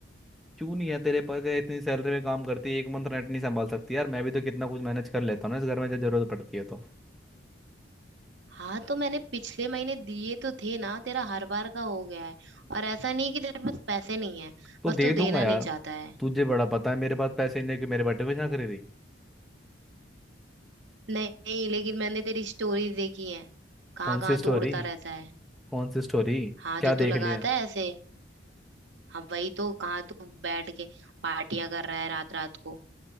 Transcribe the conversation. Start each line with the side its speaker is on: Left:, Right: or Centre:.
Centre: क्यों नहीं है तेरे पास है, इतनी सैलरी में काम करती है एक मंथ रेंट नहीं संभाल सकती यार मैं भी तो कितना कुछ मैनेज कर लेता हूँ ना इस घर में जब जरूरत पड़ती है तो
Right: हाँ तो मैंने पिछले महीने दिए तो थे ना तेरा हर बार का हो गया है और ऐसा नहीं है कि तेरे पास पैसे नहीं है
Centre: तो
Right: बस
Centre: दे
Right: तू
Centre: दूंगा
Right: देना
Centre: यार
Right: नहीं चाहता है
Centre: तुझे बड़ा पता है मेरे पास पैसे नहीं है कि मेरे बर्थडे पे यहाँ करी रही
Right: नहीं लेकिन मैंने तेरी स्टोरीज देखी हैं कहाँ
Centre: कौन
Right: कहाँ
Centre: सी स्टोरी
Right: तू उड़ता रहता है
Centre: कौन सी स्टोरी
Right: हाँ
Centre: क्या
Right: जो तू
Centre: देख
Right: लगाता
Centre: लिया
Right: है ऐसे हाँ वही तो कहाँ तू बैठ के पार्टियां कर रहा है रात रात को